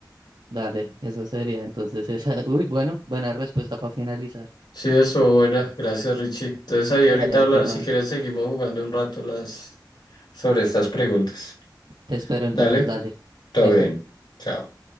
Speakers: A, on the right; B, on the left.
A: Dale, eso sería entonces esa. <laughs> Uy, bueno, buena respuesta para finalizar.
B: Sí, eso, buena. Gracias, Richie. Entonces ahí ahorita
A: Dale a
B: habla,
A: ti, Juan.
B: si quieres seguimos jugando un rato las sobre estas preguntas.
A: Te espero entonces,
B: Dale,
A: dale.
B: todo
A: Listo.
B: bien. Chao.